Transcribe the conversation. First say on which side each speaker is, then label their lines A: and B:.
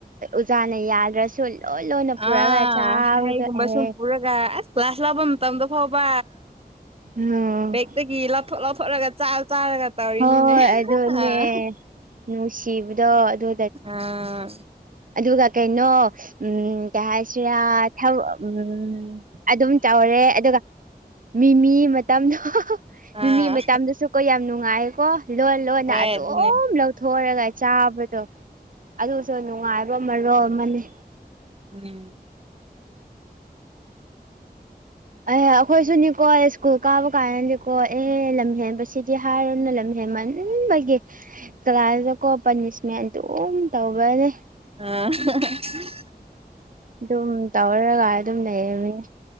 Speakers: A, on the right (about 55°); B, on the right (about 35°).
A: ꯎꯖꯥꯅ ꯌꯥꯗ꯭ꯔꯁꯨ ꯂꯣꯏ ꯂꯣꯏꯅ ꯄꯨꯔꯒ
B: ꯑꯥ
A: ꯆꯥꯕꯗꯣ
B: ꯍꯩꯒꯨꯝꯕ
A: ꯑꯦꯍꯦ
B: ꯁꯨꯝ ꯄꯨꯔꯒ ꯑꯁ ꯀ꯭ꯂꯥꯁ ꯂꯥꯛꯄ ꯃꯇꯝꯗ ꯐꯥꯎꯕ
A: ꯎꯝ
B: ꯑꯗꯒꯤ ꯂꯧꯊꯣꯛꯠ ꯂꯧꯊꯣꯛꯠꯂꯒ ꯆꯥꯔ ꯆꯥꯔꯒ ꯇꯧꯔꯤꯅꯤꯅꯦ
A: ꯍꯣꯏ ꯑꯗꯨꯅꯦ
B: ꯑ
A: ꯅꯨꯡꯁꯤꯕꯗꯣ ꯑꯗꯨ
B: ꯑꯥ
A: ꯑꯗꯨꯒ ꯀꯩꯅꯣ ꯎꯝ ꯀꯩ ꯍꯥꯏꯁꯤꯔꯥ ꯎꯝ ꯑꯗꯨꯝ ꯆꯥꯎꯔꯦ ꯑꯗꯨꯒ ꯃꯤꯃꯤ ꯃꯇꯝꯗꯣ
B: ꯑꯥ
A: ꯃꯤꯃꯤ ꯃꯇꯝꯗꯁꯨꯀꯣ ꯌꯥꯝ ꯅꯨꯡꯉꯥꯏꯀꯣ ꯂꯣꯟ ꯂꯣꯟꯅ
B: ꯍꯣꯏ
A: ꯑꯗꯨꯝ
B: ꯑꯗꯨꯅꯦ
A: ꯂꯧꯊꯣꯔꯒ ꯆꯥꯕꯗꯣ ꯑꯗꯨꯁꯨ ꯅꯨꯡꯉꯥꯏꯕ ꯃꯔꯣꯜ ꯑꯃꯅꯦ
B: ꯎꯝ
A: ꯑꯦꯍ ꯑꯩꯈꯣꯏꯁꯨꯅꯤꯀꯣ ꯁ꯭ꯀꯨꯜ ꯀꯥꯕ ꯀꯥꯟꯅꯅꯤꯀꯣ ꯑꯦ ꯂꯝ ꯍꯦꯟꯕꯁꯤꯗꯤ ꯁꯥꯔꯅ ꯂꯝ ꯍꯦꯃꯟꯕꯒꯤ ꯀꯂꯥꯁꯇꯀꯣ ꯄꯅꯤꯁꯃꯦꯟ ꯑꯗꯨꯝ ꯇꯧꯕꯅꯦ
B: <unintelligible>
A: ꯑꯗꯨꯝ ꯇꯧꯔꯒ ꯑꯗꯨꯝ ꯂꯩꯌꯦꯅꯦ